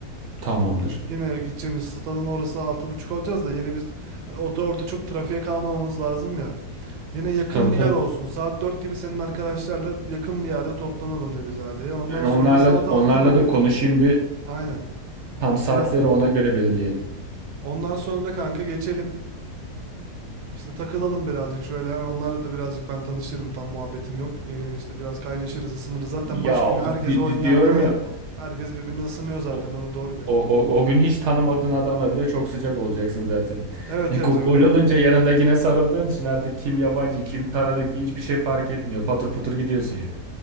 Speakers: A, on the right (about 65°); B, on the right (about 85°).
A: Tamamdır.
B: Yine gideceğimiz stadın orası altı buçuk olacağız da yine biz hani orada, orada çok trafiğe kalmamamız lazım ya. Yine yakın
A: Tabii
B: bir
A: tabii.
B: yer olsun. Saat 4 gibi senin arkadaşlarla yakın bir yerde toplanalım Nebizade'ye. Ondan
A: Ben onlarla
B: sonra saat 6
A: onlarla
B: gibi
A: da konuşayım bir
B: aynen.
A: tam
B: Ondan,
A: saatleri ona göre belirleyelim.
B: ondan sonra da kanka geçelim. İşte takılalım birazcık şöyle hemen onlarla da birazcık ben tanışırım tam muhabbetim yok. Yeni işte biraz kaynaşırız ısınırız. Zaten maç
A: Ya
B: günü herkes
A: di-
B: o
A: di-
B: hengamede
A: diyorum ya
B: herkes birbirine ısınıyor zaten
A: o,
B: onu doğru diyorsun.
A: O, o, o gün hiç tanımadığın adamla bile çok sıcak olacaksın zaten.
B: Evet
A: E,
B: evet
A: go-
B: öyle
A: gol
B: oluyor.
A: olunca
B: <laughs>
A: yanındakine sarıldığın için artık kim yabancı kim tanıdık hiçbir şey fark etmiyor. Patır putur gidiyorsun ya.